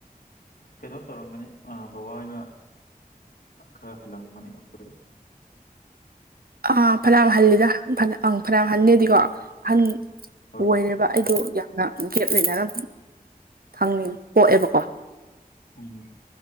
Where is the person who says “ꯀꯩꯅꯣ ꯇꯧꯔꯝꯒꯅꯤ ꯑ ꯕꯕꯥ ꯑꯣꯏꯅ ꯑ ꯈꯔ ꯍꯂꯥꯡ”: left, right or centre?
Left